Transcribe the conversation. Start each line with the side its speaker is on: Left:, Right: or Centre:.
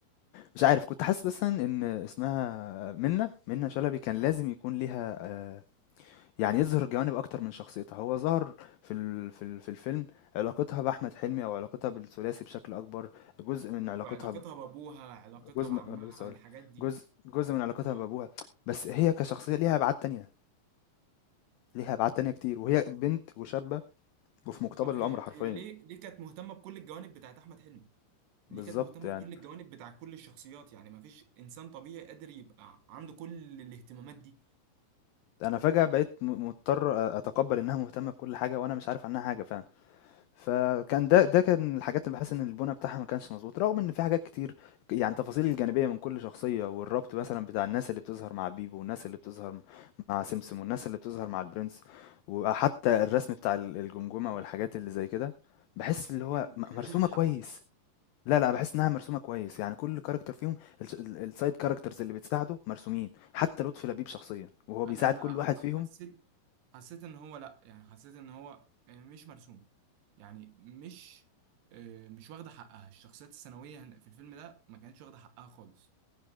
Left: مش عارف كنت حاسس بس ان اسمها منة منة شلبي كان لازم يكون ليها آه، يعني يظهر جوانب اكتر من شخصيتها هو ظهر في ال- في ال- في الفيلم علاقتها باحمد حلمي او علاقتها بالثلاثي بشكل اكبر جزء من علاقتها
Right: وعلاقتها
Left: ب-
Right: بابوها علاقتها
Left: جزء
Right: بعمها
Left: م- ولا لسه هقولها.
Right: الحاجات دي
Left: جزء جزء من علاقتها
Right: اه
Left: بابوها بس هي كشخصية ليها ابعاد تانية ليها ابعاد تانية كتير وهي بنت وشابة وفي مقتبل
Right: اه
Left: العمر
Right: هي
Left: حرفيا
Right: هي ليه ليه كانت مهتمه بكل الجوانب بتاعت احمد حلمي دي
Left: بالظبط
Right: كانت مهتمة
Left: يعني
Right: بكل الجوانب بتاع كل الشخصيات يعني ما فيش إنسان طبيعي قادر يبقى عنده كل الاهتمامات دي
Left: انا فجأة بقيت م- مضطر أ- اتقبل انها مهتمة بكل حاجة وانا مش عارف عنها حاجة فعلا فكان ده ده كان الحاجات اللي باحس إن البُنى بتاعها ما كانش مضبوط، رغم إن في حاجات كتير ك يعني التفاصيل الجانبية من كل شخصية، والربط مثلًا بتاع الناس اللي بتظهر مع بيبو، والناس اللي بتظهر م مع سمسم، والناس اللي بتظهر مع البرنس، وحتى الرسم بتاع ال الجمجمة
Right: ما
Left: والحاجات اللي زي كده، باحس اللي
Right: ما
Left: هو
Right: كان
Left: م
Right: ما كانش
Left: مرسومة
Right: واخد حقه
Left: كويس، لا، لا باحس إنها مرسومة كويس، يعني كل character فيهم الس ال الside characters اللي بتساعده مرسومين، حتى لطفي لبيب شخصيًا، وهو بيساعد
Right: انا انا
Left: كل واحد فيهم
Right: حسيت حسيت ان هو لا يعني حسيت ان هو مش مرسوم يعني مش آه، مش واخده حقها الشخصيات الثانويه هن- في الفيلم ده ما كانتش واخده حقها خالص